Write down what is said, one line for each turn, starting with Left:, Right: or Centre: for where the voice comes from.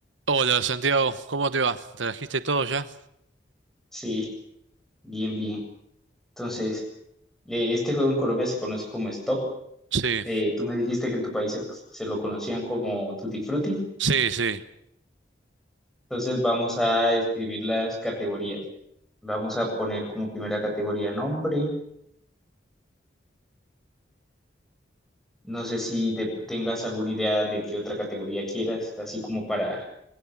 Right: Hola Santiago, ¿cómo te va? ¿Trajiste todo ya?
Centre: Sí, bien, bien. Entonces, eh, este juego en Colombia se conoce como Stop.
Right: Sí,
Centre: Eh, tú me dijiste que en tu país se, se lo conocían como Tutti Frutti.
Right: sí, sí.
Centre: Entonces, vamos a escribir las categorías. Vamos a poner como primera categoría nombre. No sé si de- tengas alguna idea de qué otra categoría quieras, así como para,